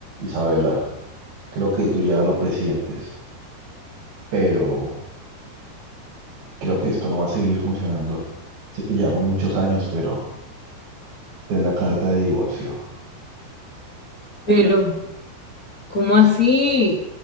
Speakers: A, on the right; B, on the left.
A: Isabela, creo que tú ya lo presientes, pero creo que esto no va a seguir funcionando. Sé que llevamos muchos años, pero de la carta de divorcio.
B: Pero, ¿cómo así?